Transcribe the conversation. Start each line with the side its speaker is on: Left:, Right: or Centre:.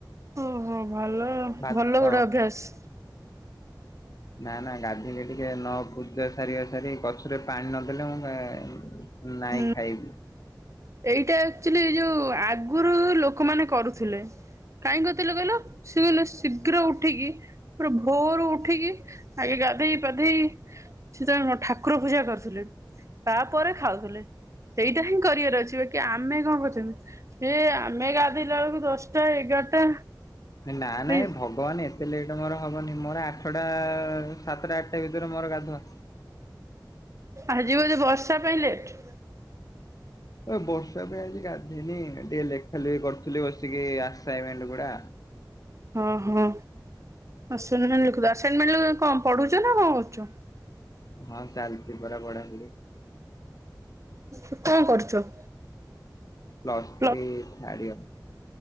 Right: ଓହୋ ଭଲ
Left: ଭାତ
Right: ଭଲ ଗୋଟେ ଅଭ୍ୟାସ।
Left: ନା ନା ଗାଧୋଇଲେ ଟିକେ ନ ପୂଜା ସାରିବା ସାରି ଗଛରେ ପାଣି ନଦେଲେ ମୁଁ ନାଇଁ
Right: ହୁଁ।
Left: ଖାଇବି।
Right: ଏଇଟା ଆକ୍ଚଲି ଯୋଉ ଆଗରୁ ଲୋକମାନେ କରୁଥିଲେ। କାଇଁ କରୁଥିଲେ କହିଲ ସେ କହିଲେ ଶୀଘ୍ର ଉଠିକି ପୁରା ଭୋରୁ ଉଠିକି ଆଗେ ଗାଧେଇ ପାଧେଇ ସେତବେଳେ କଁ ଠାକୁର ପୂଜା କରୁଥିଲେ ତାପରେ ଖାଉ ଥିଲେ ସେଇଟା ହିଁ କରିବାର ଅଛି ବାକି ଆମେ କଣ କରୁଛନ୍ତି ଏ ଆମେ ଗାଧୋଇଲା ବେଳକୁ ଦଶଟା ଏଗାରଟା
Left: ହେ ନା ନା
Right: ଏଇ
Left: ଏ ଭ କହନି ଏତେ ଲେଟ୍ ମୋର ହବନି ମୋର ଆଠଟା ସାତଟା ଆଠଟା ଭିତରେ ମୋର ଗାଧୁଆ।
Right: ଆଜିି ବୋଧେ ବର୍ଷା ପାଇଁ ଲେଟ୍?
Left: ଏ ବର୍ଷା ପାଇଁ ଆଜି ଗାଧେଇନି ଟିକେ ଲେଖା ଲେଖି କରୁଥିଲି ବସିକି ଆସଇନମେଣ୍ଟ ଗୁଡା।
Right: ହଁ ହଁ ଆସଇନମେଣ୍ଟ ଲେଖୁଥିଲ ଆସାଇନମେଣ୍ଟ କଣ ପଢୁଛ ନା କଣ କରୁଛ?
Left: ହଁ ଚାଲିଛି ପରା ପଢା ପଢି।
Right: ହଁ କଣ କରୁଛ?
Left: ପ୍ଲସ୍
Right: ପ୍ଲ
Left: ଥ୍ରୀ ଥାର୍ଡ ଇଅର।